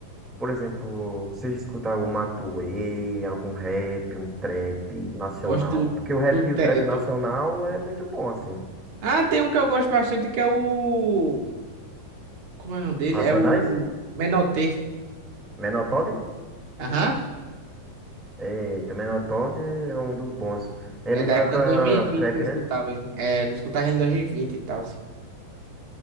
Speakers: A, in the centre; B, on the right.
A: Por exemplo, você escuta algum Matuê, algum rap, um trap nacional?
B: Gosto do,
A: Porque o rap
B: do
A: e o
B: teto.
A: trap nacional é muito bom, assim.
B: Ah, tem um que eu gosto bastante que é o. Como é o nome dele?
A: Racionais?
B: É o Menotê.
A: Menor Todd?
B: Aham.
A: Eita, Menor Todd é um dos bons. Ele
B: É da
A: canta
B: época de dois mil e vinte
A: trap,
B: que eu escutava
A: né?
B: ele. É, eu escutava ele em 2020 e vinte e tal.